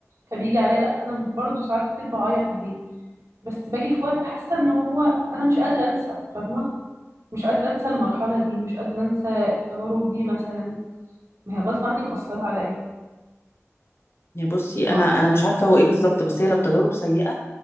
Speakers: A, on the right (about 65°); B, on the left (about 50°).
A: فبيجي عليا لا انا برضه ساعات كتير بعيط عليه بس باجي في وقت حاسة ان هو انا مش قادرة انسى فاهمة مش قادرة انسى المرحلة دي مش قادرة انسى التجارب دي مثلا ما هي غصب عني مأثرة عليا
B: يعني بصي
A: ما
B: انا
A: اعرفش
B: انا مش عارفه هو ايه بالظبط بس هي لو تجارب سيئه